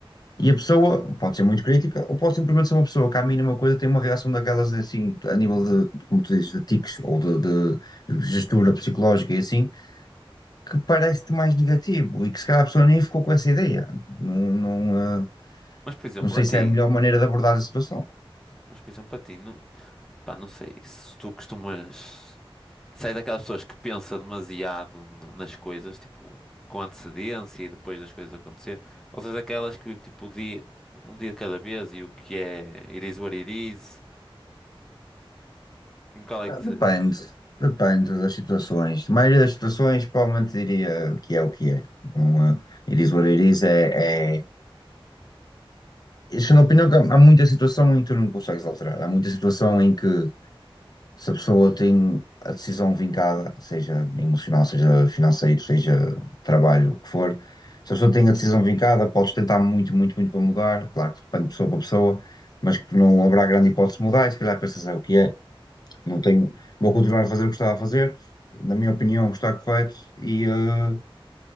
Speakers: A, on the left; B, in the centre.
A: E a pessoa pode ser muito crítica, ou pode simplesmente ser uma pessoa que, à mínima coisa, tem uma reação daquelas, assim, a nível de, de, como tu dizes, de tiques ou de, de- gestura psicológica e assim, que parece-te mais negativo e que, se calhar, a pessoa nem ficou com essa ideia. Não, não, eh,
B: mas por exemplo,
A: não sei
B: a ti,
A: se é a melhor maneira de abordar a situação.
B: mas por exemplo, a ti, não, pá, não sei, se tu costumas, se és daquelas pessoas que pensa demasiado na- nas coisas, tipo, com antecedência e depois das coisas acontecer, ou se és daquelas que tipo o dia, um dia de cada vez e o que é, it is what it is, em qual é
A: Ah,
B: que te,
A: Depende, depende das situações. Na maioria das situações, provavelmente diria que é o que é. Não, é- it is what it is. É, é... Isso é da opinião que há há muita situação em que tu não consegues alterar. Há muita situação em que se a pessoa tem a decisão vincada, seja emocional, seja financeiro, seja trabalho, o que for, se a pessoa tem a decisão vincada, podes tentar muito, muito, muito para mudar. Claro que depende de pessoa para pessoa, mas que não haverá grande hipótese de mudar. E se calhar pensas é o que é. Não tenho, vou continuar a fazer o que estava a fazer, na minha opinião está correto e, eh,